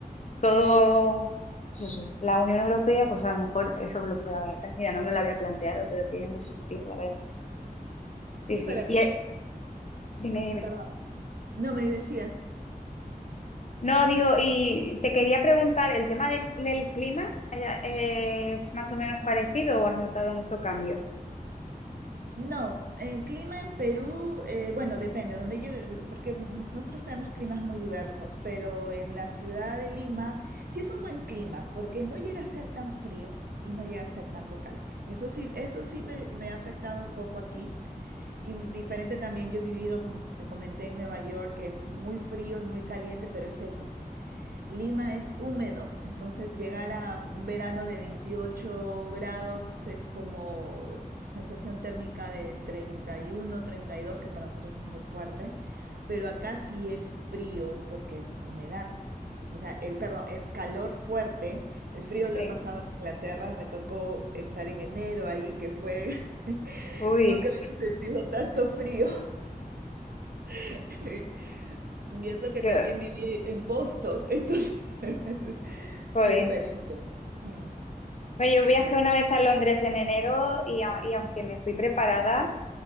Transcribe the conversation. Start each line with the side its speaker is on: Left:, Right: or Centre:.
Left: todo, pues eso, la Unión Europea, pues a lo mejor eso lo puede abaratar. Mira, no me lo había planteado, pero tiene mucho sentido, la verdad.
Right: Sí,
Left: Sí, sí.
Right: para que,
Left: Y eh, dime, dime.
Right: perdón. No me decías.
Left: No, digo, y te quería preguntar, ¿el tema del, del clima eh, eh, es más o menos parecido o has notado mucho cambio?
Right: No, el clima en Perú, eh, bueno, depende, donde yo, porque n- nosotros tenemos climas muy diversos, pero en la ciudad de Lima sí es un buen clima, porque no llega a ser tan frío y no llega a ser tanto calor. Eso sí, eso sí me, me ha afectado un poco aquí. Y diferente también, yo he vivido, como te comenté, en Nueva York, que es muy frío y muy caliente, pero es seco. Lima es húmedo, entonces llegar a un verano de 28 grados es como sensación térmica de treinta treinta y uno, treinta y dos, que para nosotros es muy fuerte, pero acá sí es frío porque es humedad. O sea, el, perdón, es calor fuerte. El frío lo
Left: Sí.
Right: he pasado en Inglaterra, me tocó estar en enero ahí, que fue, <laughs>
Left: Uy,
Right: nunca había sentido tanto frío. <laughs> Y eso que
Left: yo,
Right: también viví en Boston, entonces <laughs>
Left: jolín.
Right: fue diferente. Mm,
Left: Oye, Yo
Right: Sí.
Left: viajé una vez a Londres en enero y, a- y aunque me fui preparada